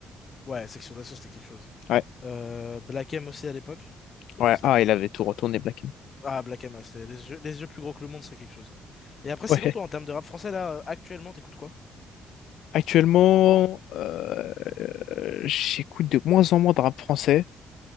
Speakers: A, on the left (about 40°); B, on the left (about 80°).
A: Ouais, Section d'Assaut, c'était quelque chose.
B: Ouais,
A: Euh, Black M aussi à l'époque. Bon,
B: ouais,
A: c'était
B: ah,
A: pas mal.
B: il avait tout retourné, Black M.
A: Ah, Black M, ouais, c'était les yeux, les yeux plus gros que le monde, c'est quelque chose. Et après, sinon,
B: Ouais.
A: toi, en termes de rap français, là, euh, actuellement, t'écoutes quoi?
B: Actuellement, euh, j'écoute de moins en moins de rap français,